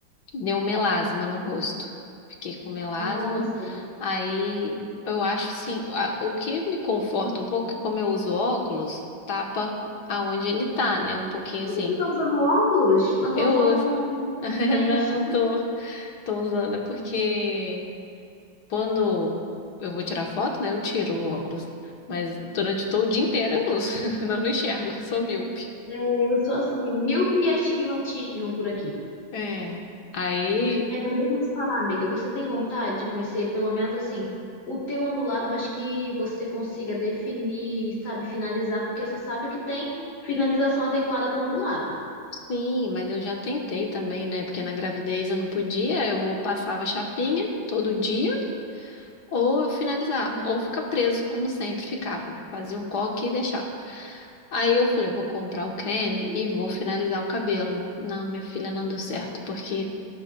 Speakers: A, on the left; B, on the left.
A: deu melasma no rosto. Fiquei com melasma.
B: Nossa.
A: Aí eu acho sim, a- o que me conforta um pouco é que como eu uso óculos, tapa aonde ele tá, né? Um pouquinho
B: Como
A: assim.
B: que tu tá usando óculos? Na tua
A: Eu
B: foto
A: uso.
B: não,
A: <laughs>
B: não tem,
A: Não
B: assim.
A: tô, tô usando, é porque quando eu vou tirar foto, né? Eu tiro o óculos. Mas durante todo o dia inteiro eu uso. <laughs> Não, não enxergo, sou míope.
B: É, eu sou assim, míope e astigmatismo por aqui.
A: É. Aí,
B: É, mas deixa eu te falar, amiga, você tem vontade de conhecer, pelo menos assim, o teu ondulado, mas que você consiga definir, sabe, finalizar, porque você sabe que tem finalização adequada para ondulado.
A: sim, mas eu já tentei também, né? Porque na gravidez eu não podia, eu passava chapinha todo dia. Ou eu finalizava, ou ficar preso, como sempre ficava. Fazia um coque e deixava. Aí eu falei, vou comprar o creme e vou finalizar o cabelo. Não, minha filha, não deu certo, porque